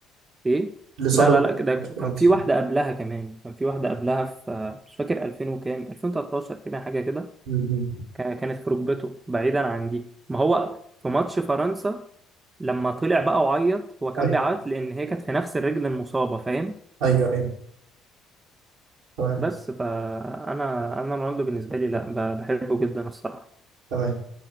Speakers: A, on the right; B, on the right.
A: ايه
B: الإصابة
A: لا لا
B: اللي
A: لا
B: جات
A: ده
B: له في ماتش
A: ك- كان في
B: فرنسا
A: واحده قبلها كمان كان في واحده قبلها في آه، مش فاكر 2000 وكام 2013 تقريبا حاجه كده
B: م- م.
A: كا- كانت في ركبته بعيدا عن دي ما هو في ماتش فرنسا لما طلع بقى وعيط هو كان
B: أيوه
A: بيعيط لان هي كانت في نفس الرجل المصابه فاهم
B: أيوه أيوه تمام
A: بس فانا انا رونالدو بالنسبه لي لا ب- بحبه جدا الصراحه
B: تمام